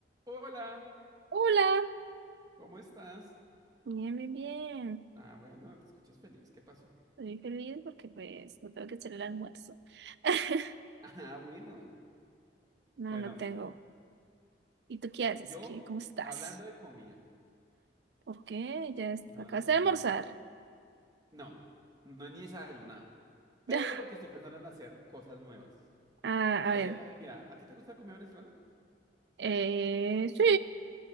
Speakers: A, on the right; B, on the right.
A: Hola,
B: Hola,
A: ¿cómo estás?
B: bien, bien, bien.
A: Ah, bueno, te escuchas feliz, ¿qué pasó?
B: Estoy feliz porque pues no tengo que hacer el almuerzo. <laughs>
A: <laughs> Ah, bueno.
B: No,
A: Bueno,
B: no tengo. ¿Y tú qué haces?
A: yo
B: ¿Qué? ¿Cómo estás?
A: hablando de comida,
B: ¿Por qué? ¿Ya es-
A: hablando
B: acabaste
A: de comida,
B: de almorzar?
A: no, no he ni desayunado, pero
B: <laughs>
A: porque estoy pensando en hacer cosas nuevas.
B: Ah,
A: Hace,
B: a ver.
A: eh, mira, ¿a ti te gusta la comida venezolana?
B: Eh, sí,